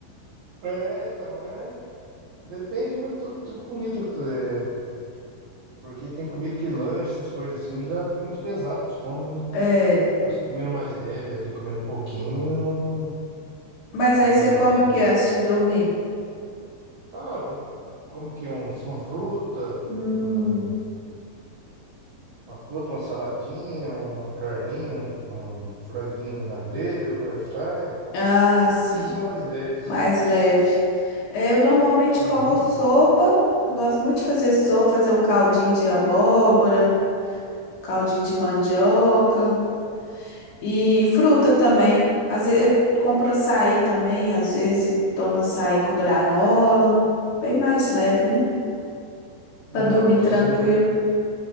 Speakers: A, on the right; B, on the left.
A: É, então, é... Depende muito do, do comida. tu É, porque tem comida que lanche, essas coisas assim, ele já fica muito pesado pro estômago, né?
B: É.
A: Agora você comendo mais leve ali, comendo um pouquinho, não, não,
B: Mas
A: não
B: aí
A: é...
B: você come o que antes de dormir?
A: Ah, eu como que uns, uma fruta,
B: Hum,
A: um- uma fruta, uma saladinha, uma carninha, um, um franguinho na grelha ou na air fryer,
B: ah,
A: uma
B: sim,
A: coisa assim mais leve, sabe?
B: mais leve. É, Eu normalmente
A: Uhum.
B: como sopa. Eu gosto muito de fazer sopa, fazer um caldinho de abóbora, caldinho de mandioca e fruta também. Às vezes eu compro açaí também, às vezes tomo açaí com granola, bem mais leve, né?
A: Não,
B: Para dormir tranquilo.
A: sim, ver-